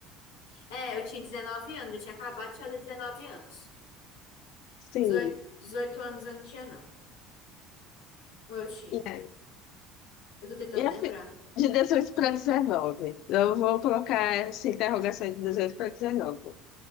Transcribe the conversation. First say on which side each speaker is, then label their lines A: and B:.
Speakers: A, on the left; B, on the left.
A: É, eu tinha 19 anos, eu tinha acabado de fazer 19 anos.
B: sim.
A: dezoito 18 anos eu não tinha, não. Ou eu tinha?
B: E aí?
A: Eu tô tentando
B: E
A: lembrar.
B: a fi- De 18 para 19. Eu vou colocar essa interrogação de 18 para 19.